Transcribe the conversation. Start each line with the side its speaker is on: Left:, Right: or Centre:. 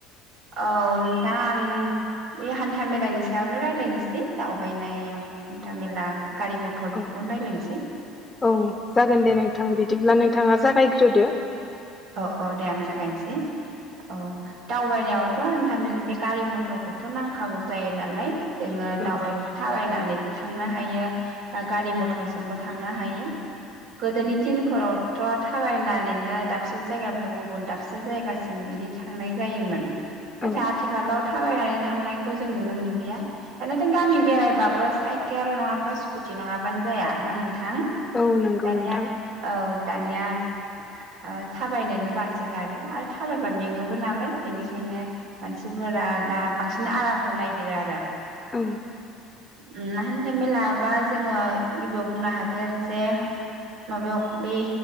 Right: औ नोंथां आं बे हान्था मेलानि सायावनो रायलायनोसै दावबायनायाव हान्था मेला गारि मथर बेखौनो
Left: औ
Right: रायज्लायनोसै
Left: औ जागोन दे नोंथां बिदिब्ला नों नोंथाङा जागायग्रोदो
Right: औ औ दे आं जागायनोसै औ दावबायनायावथ' हान्थामेला बे गारि मथरखौथ' नांखागौ जायो नालाय जोङो
Left: औ
Right: दावबायनो थाबायनानैबो थांनो हायो बा गारि मथरजोंबो थांनो हायो गोदोनि दिनफोरावथ' थाबायनानैनो डा बसे जायगानिफ्राय गुबुन दाबसे जायगासिम बिदि थांनाय जायोमोन नाथाय
Left: औ
Right: आथिखालाव थाबायनानै थांनायखौ जों नुनो मोनलिया दानियाथ' गामि बेरायबाबो साइकेल नङाबा स्कुटि नङाबानो जाया ना नोंथां
Left: औ नंगौ
Right: दानिया
Left: नोंथां
Right: औ दानिया ओ थाबायनोनो बासोगारो आरो थाबायबा मेङोबो नालाय बेनिखायनो मानसिफोरा दा बांसिन आरामखौ नायगिरो आरो।
Left: औ
Right: उम हान्था मेलाबा जोङो गिबियाव बुंनो हागोन जे माबायाव बे